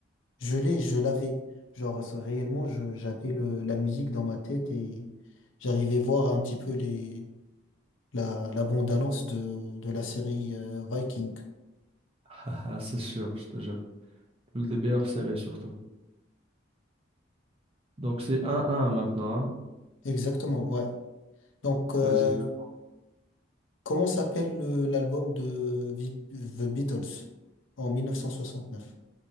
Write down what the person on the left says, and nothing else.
Je l'ai, je l'avais. Genre, ça, réellement, je- j'avais le, la musique dans ma tête et j'arrivais voir un petit peu les, la, la bande-annonce de, de la série euh, Viking.
Exactement, ouais. Donc, euh,
comment s'appelle le- l'album de Vi- The Beatles en 1969,